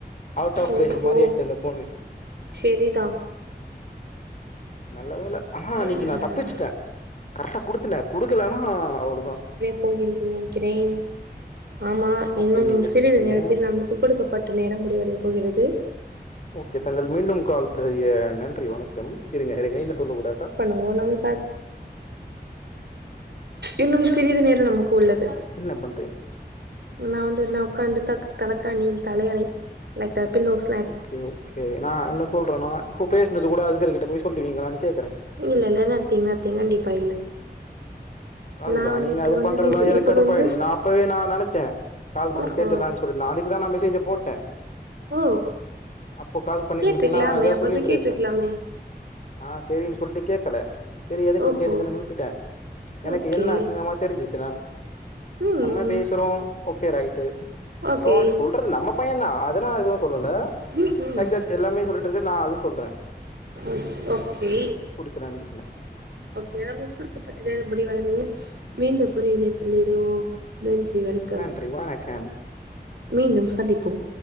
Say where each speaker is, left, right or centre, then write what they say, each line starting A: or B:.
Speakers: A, on the left; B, on the right.
A: அவுட் ஆஃப்
B: ஓஹோ
A: பேஷன் மாரி ஆயிட்ச்சு அந்த ஃபோனு
B: செரிதா
A: நல்ல வேல ஆனா அன்னைக்கு
B: ம்
A: நா தப்பிச்ட்டே கர்ட்டா குடுத்தலே குடுக்கலனா அவ்ளதா
B: போ என்று நெனைக்கிறேன் ஆமா
A: ஓகே
B: இன்னும்
A: நீங்க
B: சிறிது
A: சொல்லுங்க
B: நேரத்தில் நமக்கு கொடுக்கப்பட் ட்ட நேரம் முடிவடையப் போகிறது
A: ஓகே தங்கள் மீண்டும் கால்ப் பிறய்ய நன்றி வணக்கம் இருங்க இருங்க என்ன சொல்ல கூடாதா
B: ஓ நமக்காது இன்னும் சிறிது நேரம் நமக்கு உள்ளது
A: என்னப் பண்றிங்
B: நா வந்து நா உக்காந்துத் தக் தலக்கானியின் தலையணை லைக்க பில்லோஸ்
A: ஓகே ஓகே நா என்ன சொல்றனா இப்போ பேச்னது கூட அஸ்கர்கிட்ட போய் சொல்லுவிங்களானு கேக்கறே
B: இல்ல இல்ல நத்தீங் நத்தீங் கண்டிப்பா இல்ல
A: அதுதா
B: நா வந்து
A: நீங்க
B: இப்ப
A: அதுப்
B: வந்து
A: பண்றதா
B: பிஸி
A: எனக்
B: இப்ப
A: கடுப்பாயிடுச்சு
B: வந்து
A: நா அப்பவே நா நெனச்சே கால்ப் பண்ணி
B: ஓஹோ
A: கேட்டுல்லான்ச் பொரு நாளைக்குதா நா மெசேஜை போட்டே
B: ஓ
A: அப்போ கால் பண்ணிருந்தீங்கன்னா
B: கேட்டுருக்கலாமே
A: நா ஏதாவது
B: அப்பவே
A: சொல்லிட்டு
B: கேட்டுருக்கலாமே
A: இருப்பே ஆ செரினு சொல்லி கேகல செரி எதுக்கு
B: ஓஹோ
A: கேட்டுக்கன்னு விட்டுட்டே எனக்கு
B: ஓகே
A: என்ன அசிங்கமா தெரிஞ்சிச்சுன்னா
B: ம்
A: நம்ம பேசுறோ ஓகே ரைட்டு
B: ஓகே
A: இப்ப உண்ட்ட சொல்ற நம்ம பையன் தா அதுனால எதுவு சொல்லல
B: ம்ஹும்
A: லைக் தட் எல்லாமே சொல்லிட்டு இருக்கு நா அது சொல்றே
B: இட்ஸ் ஓகே
A: இப்ப நா என்ன சொன்னே
B: ஓகே நமக்கு குடுக்கப்பட்ட நேரம் முடிவுவடைந்தது மீண்டும் புது இணைப்பில் இணைவோம் நன்றி வணக்
A: நன்றி வணக்கம்
B: மீண்டும் சந்திப்போம்